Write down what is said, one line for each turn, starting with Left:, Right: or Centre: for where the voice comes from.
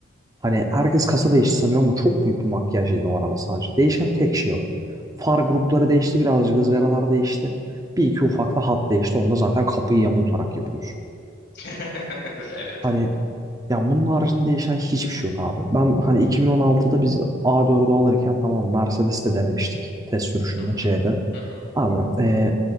Right: Hani herkes kasa değişti sanıyor ama çok büyük bir makyaj yedi o araba sadece. Değişen tek şey o. Far grupları değişti birazcık ızgaralar değişti. Bir iki ufak da hat değişti. Onu da zaten kapıyı yamultarak yapıyorsun.
Left: <laughs> Evet.
Right: Hani Ya bunun haricinde değişen hiçbir şey yok abi. Ben hani 2016'da biz A4'ü alırken tamam Mercedes'te denemiştik. Test sürüşünde
Left: Hı hı.
Right: C'de.
Left: Hı hı.
Right: Abi e,